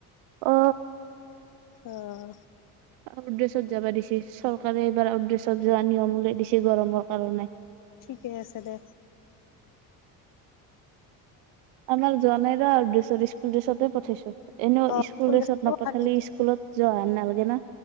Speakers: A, on the right; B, on the left.
A: অ
B: অহ
A: আউটড্ৰেছত যাব দিছে চৰকাৰে এইবাৰ আউটড্ৰেছত যোৱা নিয়ম উলাই দিছে গৰমৰ কাৰণে
B: ঠিকেই আছে দে
A: আমাৰ যোৱা নাই ৰ আউটড্ৰেছত স্কুল ড্ৰেছতে পঠাইছো এনেও
B: অ
A: স্কুল ড্ৰেছত
B: ড্ৰেছতে
A: নপঠালে
B: পঠাই দিম।
A: স্কুলত যোৱা নাল গে না